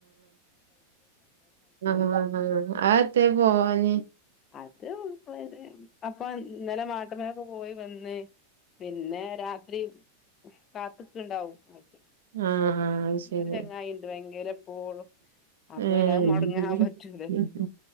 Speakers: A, on the right (about 65°); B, on the left (about 30°).
A: ആ
B: <unintelligible>
A: ആ അതത്തെ പോവാഞ്ഞി
B: അത് <unintelligible> അപ്പ ഇന്നല മാട്ട്മ്മലൊക്കെ പോയി വന്ന് പിന്നെ രാത്രി കാത്ത്ക്ക്ണ്ടാവും
A: ആഹ്
B: പോട്ടെ
A: ആഹ് അത് ശരി
B: ഒര് ചങ്ങായിണ്ട് ഭയങ്കര എപ്പോഴും അപ്പോ
A: ഏഹ്
B: പിന്നെ അത് മൊട്ങ്ങാൻ പറ്റൂലല്ലോ